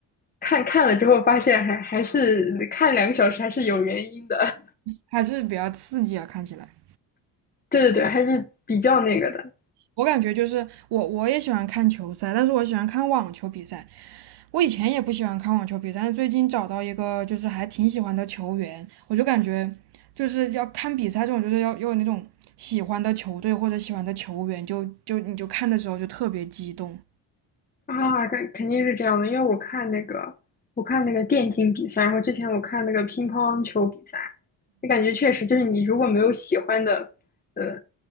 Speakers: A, on the left; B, on the right.
A: 看看了之后发现还还是看两个小时还是有原因的，
B: 还是比较刺激啊，看起来。
A: <laughs> 对对对，还是比较那个的。
B: 我感觉就是我我也喜欢看球赛，但是我喜欢看网球比赛，我以前也不喜欢看网球比赛，但最近找到一个就是还挺喜欢的球员，我就感觉就是要看比赛这种，就是要要有那种喜欢的球队或者喜欢的球员，就就你就看的时候就特别激动，
A: 啊，肯肯定是这样的，因为我看那个，我看那个电竞比赛，然后之前我看那个乒乓球比赛，就感觉确实就是你如果没有喜欢的，呃，